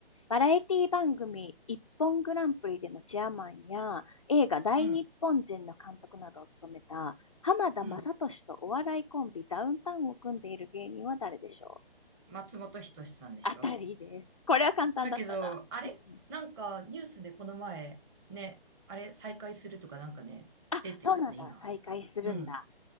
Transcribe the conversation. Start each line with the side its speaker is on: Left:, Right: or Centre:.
Left: バラエティ番組一本グランプリでのチェアマンや映画大日本人の監督などを務めた浜田雅俊とお笑いコンビダウンタウンを組んでいる芸人は誰でしょう
Right: うん、うん。松本人志さんでしょ
Left: あたりです。これは簡単だったな。
Right: だけど、あれなんかニュースでこの前、
Left: うん
Right: ね、あれ再開するとかなんかね、
Left: あ、
Right: 出てるよね、
Left: そうなんだ。
Right: 今。
Left: 再会するんだ。
Right: うん。